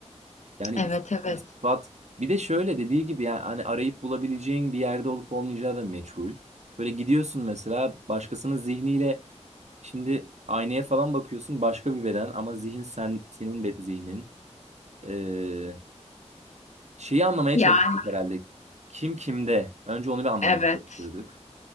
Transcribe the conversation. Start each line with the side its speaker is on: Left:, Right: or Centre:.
Right: Yani
Left: Evet
Right: is-
Left: evet.
Right: ispat bir de şöyle dediği gibi yani hani arayıp bulabileceğin bir yerde olup olmayacağı da meçhul. Böyle gidiyorsun mesela başkasının zihniyle şimdi aynaya falan bakıyorsun başka bir beden ama zihin sen senin be- zihnin. Ee, şeyi anlamaya
Left: Yani
Right: çalışıyorduk herhalde. Kim kimde? Önce onu bir anlamaya
Left: evet.
Right: çalışıyorduk.